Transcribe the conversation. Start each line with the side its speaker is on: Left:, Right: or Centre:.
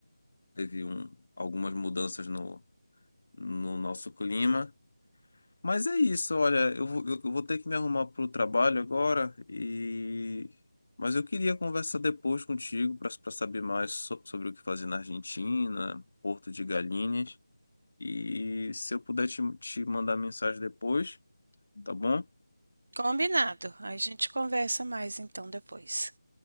Left: teve um, algumas mudanças no, no nosso clima. Mas é isso, olha, eu vou, eu vou ter que me arrumar para o trabalho agora e mas eu queria conversar depois contigo para saber mais so- sobre o que fazer na Argentina, Porto de Galinhas e se eu puder te, te mandar mensagem depois, tá bom?
Right: Combinado. A gente conversa mais então depois.